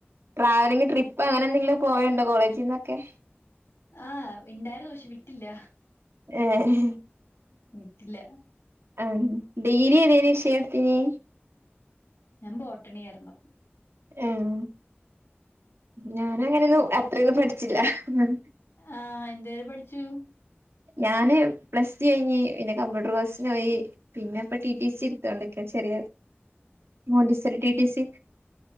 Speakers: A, on the right; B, on the left.
A: ട്രാവലിംഗ് ട്രിപ്പ്‌ അങ്ങനെന്തെങ്കിലും പോയേണ്ടോ കോളേജിന്നൊക്കെ
B: ആഹ് ഇണ്ടായിരുന്നു പക്ഷെ വിട്ടില്ല
A: ഏഹ്
B: വിട്ടില്ല
A: ആഹ് ഡീ ര്യേതേനി വിഷയട്ത്തീന്യേ
B: ഞാൻ ബോട്ടണിയാർന്നു
A: ഏഹ് ഞാൻ അങ്ങനൊന്നും അത്രയൊന്നും പഠിച്ചില്ല ആഹ്
B: ആഹ് എന്ത് വരെ പഠിച്ചു
A: ഞാന് പ്ലസ്ടു കഴിഞ്ഞ് പിന്നെ കമ്പ്യൂട്ടർ കോഴ്സിനോയി പിന്നെ ഇപ്പം ടി ടി സി എടുത്തോണ്ട്ക്ക ചെറിയ മോൻഡിസൽ ടി ടി സി